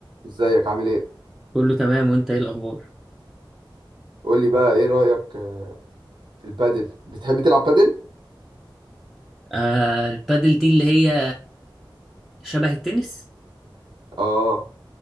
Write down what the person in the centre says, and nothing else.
كله تمام وانت ايه الاخبار
آه البادل دي اللي هي شبه التنس